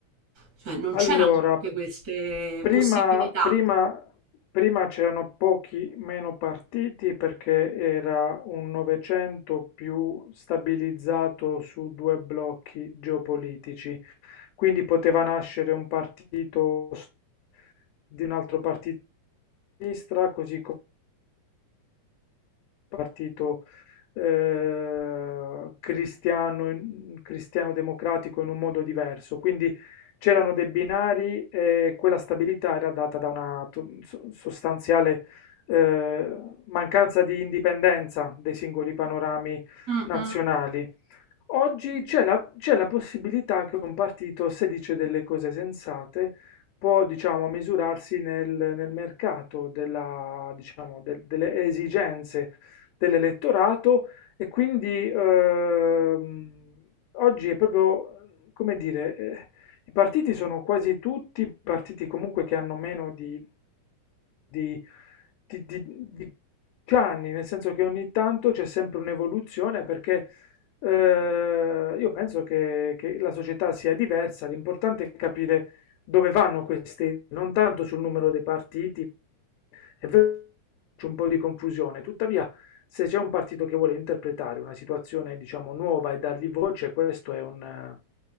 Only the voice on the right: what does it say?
cioè non
c'erano tutte queste
possibilità.
Mm,
mm.